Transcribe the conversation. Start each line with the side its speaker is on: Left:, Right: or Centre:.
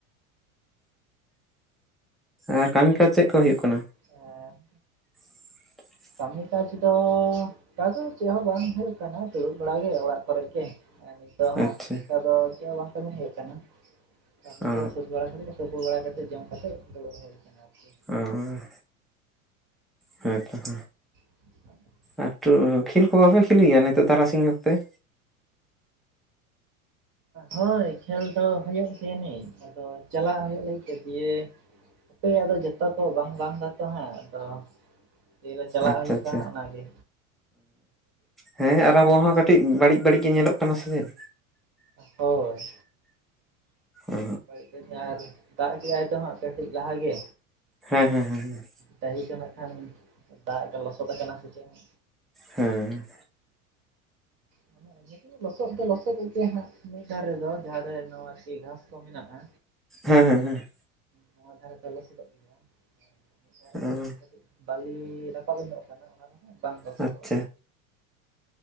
Centre: ᱟᱨ ᱠᱟᱹᱢᱤ ᱠᱟᱡ ᱪᱮᱫ ᱠᱚ ᱦᱩᱭᱩᱜ ᱠᱟᱱᱟ?
Right: ᱚᱸ᱾
Centre: <inaudible>
Right: ᱠᱟᱹᱢᱤ ᱠᱟᱡ ᱫᱚ᱾ ᱚᱱᱠᱟ ᱫᱚ ᱪᱮᱫ ᱦᱚᱸ ᱵᱟᱝ ᱦᱩᱭᱩᱜ ᱠᱟᱱᱟ ᱫᱩᱲᱩᱵ ᱵᱟᱲᱟᱜ ᱜᱮ ᱚᱲᱟᱜ ᱠᱚᱨᱮ ᱜᱮ᱾ ᱫᱚ ᱦᱟᱸᱜ
Centre: ᱟᱪᱪᱷᱟ
Right: ᱚᱱᱠᱟ ᱫᱚ ᱪᱮᱫ ᱦᱚᱸ ᱵᱟᱝ ᱠᱟᱹᱵᱤᱱ ᱦᱮᱡ ᱠᱟᱱᱟ ᱠᱟᱹᱢᱤ
Centre: ᱚ
Right: ᱠᱚ ᱥᱟᱹᱛ ᱵᱟᱲᱟ ᱠᱟᱛᱮᱫ ᱾ ᱛᱩᱯᱩ ᱵᱟᱲᱟ ᱠᱟᱛᱮᱫ ᱡᱚᱢ ᱠᱟᱛᱮᱫ ᱫᱩᱲᱩᱵ ᱦᱩᱭ ᱟᱠᱟᱱᱟ ᱟᱨᱠᱤ᱾
Centre: ᱚᱸ ᱦᱮᱸ ᱛᱚ ᱦᱮᱸ᱾
Right: <unintelligible>
Centre: ᱮᱠᱴᱩ ᱠᱷᱮᱞ ᱠᱚ ᱵᱟᱯᱮ ᱠᱷᱮᱞᱤ ᱜᱮᱭᱟ ᱱᱤᱛᱚᱜ ᱛᱟᱨᱟᱥᱤᱧ ᱚᱠᱛᱮ?
Right: ᱦᱳᱭ ᱠᱷᱮᱞ ᱫᱚ ᱦᱩᱭᱩᱜ ᱜᱮᱱᱤᱡ ᱟᱫᱚ ᱪᱟᱞᱟᱜ ᱦᱩᱭᱩᱜ ᱞᱟᱹᱜᱤᱫ ᱛᱮ ᱫᱤᱭᱮ, ᱦᱟᱯᱮ ᱟᱫᱚ ᱡᱚᱛᱚ ᱠᱚ ᱵᱟᱝ ᱵᱟᱝ ᱫᱟᱛᱚ ᱦᱟᱸᱜ ᱟᱫᱚ, ᱫᱤᱭᱮᱞᱮ ᱪᱟᱞᱟᱜ
Centre: ᱟᱪᱪᱷᱟ
Right: ᱦᱩᱭᱩᱜ
Centre: ᱟᱪᱪᱷᱟ
Right: ᱠᱟᱱᱟ ᱚᱱᱟ ᱜᱮ᱾
Centre: ᱦᱮᱸ ᱟᱨ ᱟᱵᱚ
Right: ᱵᱟᱝ ᱦᱮᱸᱥᱮ
Centre: ᱦᱚᱸ ᱠᱟᱹᱴᱤᱡ ᱵᱟᱹᱲᱤᱡ ᱵᱟᱹᱲᱤᱡ ᱜᱮ ᱧᱮᱞᱚᱜ ᱠᱟᱱᱟ ᱥᱮ ᱪᱮᱫ?
Right: ᱦᱳᱭ᱾
Centre: ᱚ
Right: ᱵᱟᱹᱲᱤᱡ ᱫᱚ ᱟᱨ ᱫᱟᱜ ᱠᱮᱫ ᱟᱭ ᱛᱚ ᱦᱟᱸᱜ ᱠᱟᱹᱴᱤᱡ ᱞᱟᱦᱟ ᱜᱮ᱾
Centre: ᱦᱮᱸ ᱦᱮᱸ ᱦᱮᱸ ᱦᱮᱸ᱾
Right: ᱰᱟᱹᱦᱤ ᱠᱚ ᱱᱟᱜ ᱠᱷᱟᱱ ᱫᱟᱜ ᱞᱚᱥᱚᱫ ᱠᱟᱱᱟ ᱥᱮ ᱪᱮᱫ ᱦᱟᱜ?
Centre: ᱦᱮᱸ,
Right: ᱦᱟᱱᱮ ᱩᱭᱦᱟᱹᱨ, ᱞᱚᱥᱚᱫ ᱫᱚ ᱞᱚᱥᱚᱫᱚᱜ ᱜᱮᱭᱟ ᱦᱟᱸᱜ ᱢᱤᱫ ᱫᱷᱟᱨᱮ ᱫᱚ ᱡᱟᱦᱟᱸ ᱫᱷᱟᱨᱮ ᱱᱟᱣᱟ ᱥᱤ ᱜᱷᱟᱥ ᱠᱚ ᱢᱮᱱᱟᱜᱼᱟ᱾
Centre: ᱦᱮᱸ ᱦᱮᱸ ᱦᱮᱸ,
Right: ᱱᱚᱣᱟ ᱫᱷᱟᱨᱮ ᱫᱚ ᱞᱚᱥᱮᱫᱚᱜ ᱜᱮᱭᱟ ᱢᱤᱫ ᱫᱷᱟᱨᱮ
Centre: ᱦᱮᱸ
Right: ᱫᱚ ᱦᱟᱸᱜ, ᱵᱟᱹᱞᱤ ᱨᱟᱠᱟᱵ ᱧᱚᱜ ᱠᱟᱱᱟ ᱚᱱᱟ ᱫᱷᱟᱨᱮ ᱫᱚ ᱵᱟᱝ ᱞᱚᱥᱚᱫᱚᱜᱼᱟ᱾
Centre: ᱚ ᱟᱪᱪᱷᱟ